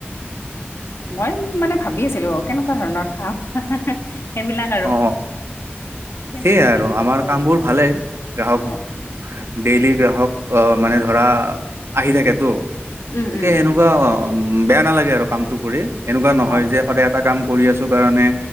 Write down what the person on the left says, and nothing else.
মই মানে ভাবি আছিলো কেনেকুৱা ধৰণৰ কাম। সেইবিলাক আৰু
ঠিকে
আছে দে ভিডিঅ'
অ
অ
অ
উম উম
উম
উম
অ